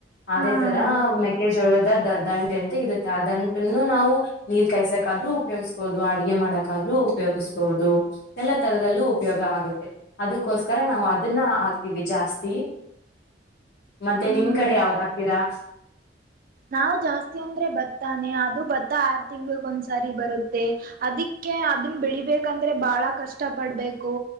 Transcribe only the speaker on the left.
ಅದೇ
ತರ
ಮೆಕ್ಕೆಜೋಳದ ದ ದಂಟೆ ಎಂತ ಇರುತ್ತೆ ಆ ದಂಟನ್ನು ನಾವು ನೀರ್ ಕಾಯಸಕಾದ್ರೂ ಉಪಯೋಗಸ್ಬಹದು ಅಡಗೆ ಮಾಡಕಾದ್ೂ ಉಪಯೋಗಿಸ್ಬೋುದು ಎಲ್ಲಾ ತರದಲ್ಲೂ ಉಪಯೋಗ ಆಗುತ್ತೆ ಅದಕ್ಕೋಸ್ಕರ ನಾವು ಅದನ್ನ ಹಾಕ್ತಿೀವಿ ಜಾಸ್ತಿ ಮತ್ತೆ
ನಿಮ್ ಕಡೆ ಯಾವ್ದ ಆ್ತೀರಾ